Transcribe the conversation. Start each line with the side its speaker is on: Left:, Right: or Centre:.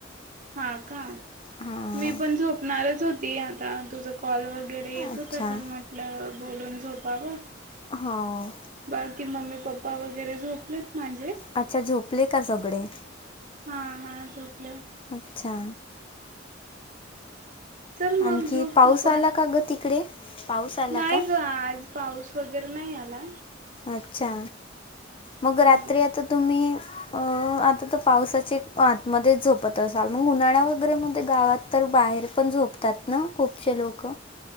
Right: हा का,
Left: हां
Right: मी पण झोपणारच होती आता तुझ कॉल वगैरे ते येत
Left: अच्छा
Right: होते म्हटलं बोलून झोपावं.
Left: हो
Right: बाकी मम्मी पप्पा वगैरे झोपलेत माझे
Left: अच्छा झोपले का सगळे.
Right: हा हा झोपले
Left: अच्छा.
Right: चल
Left: आणखी
Right: मग झोप
Left: पाऊस
Right: तू पण
Left: आला का ग तिकडे. पाऊस आला
Right: नाही
Left: का
Right: ग आज पाऊस वगैरे नाही आला.
Left: अच्छा
Right: हम्म
Left: मग रात्री आता तुम्ही अह आता तर पावसाचे आतमध्येच झोपत असाल मग उन्हाळ्या वगैरेमध्ये गावात तर बाहेर पण झोपतात ना खूपशे लोक.